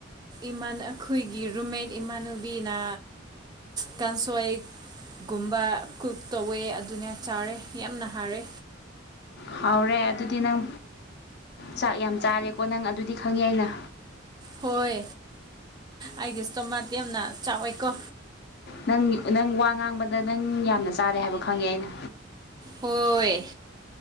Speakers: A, on the right; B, on the left.
A: ꯏꯃꯥꯅ ꯑꯩꯈꯣꯏ ꯔꯨꯝꯃꯦꯠ ꯏꯃꯥꯟꯅꯨꯕꯤꯅ ꯀꯥꯡꯥꯟꯁꯣꯏ ꯒꯨꯝꯕ ꯀꯛ ꯇꯧꯋꯦ ꯑꯗꯨꯅꯦ ꯆꯥꯔꯦ ꯌꯥꯝꯅ ꯍꯥꯔꯦ
B: ꯍꯥꯎꯔꯦ ꯑꯗꯨꯗꯤ ꯅꯪ ꯆꯥꯛ ꯌꯥꯝ ꯆꯥꯔꯦꯀꯣ ꯅꯪ ꯑꯗꯨꯗꯤ ꯈꯪꯉꯦ ꯑꯩꯅ
A: ꯍꯣꯏ ꯑꯩꯒꯤ ꯏꯁꯇꯣꯃꯥꯗꯤ ꯌꯥꯝꯅ ꯆꯥꯎꯋꯦꯀꯣ
B: ꯅꯪ ꯅꯪ ꯋꯥ ꯉꯥꯡꯕꯗ ꯅꯪ ꯌꯥꯝꯅ ꯆꯥꯔꯦ ꯍꯥꯏꯕ ꯈꯪꯉꯦ ꯑꯩꯅ
A: ꯍꯣꯏ